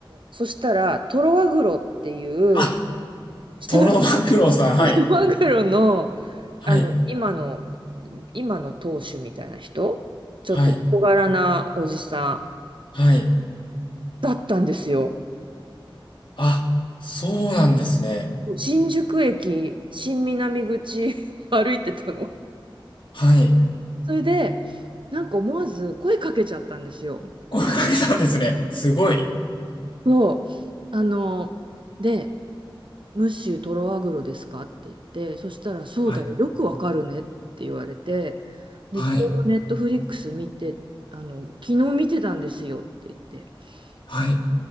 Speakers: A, on the right; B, on the left.
A: そしたら、トロワグロっていう、
B: あ、
A: 知ってます
B: トロマグロさん。はい。
A: トロワグロの、
B: はい。
A: あの、今の、今の当主みたいな人、ちょっと小柄なおじさん。
B: はい。はい。
A: だったんですよ。
B: あ、そうなんですね。
A: 新宿駅、新南口を <laughs> 歩いてたの。
B: はい。
A: それで、なんか思わず声かけちゃったんですよ。
B: これかけたんですね。すごい。
A: そう。あの、で、ムッシュトロアグロですかって言って、そしたら、そうだよ、
B: はい。
A: よくわかるねって言われて、で、
B: はい。
A: ちょうどネットフリックス見て、あの、昨日見てたんですよって言って、そし
B: はい。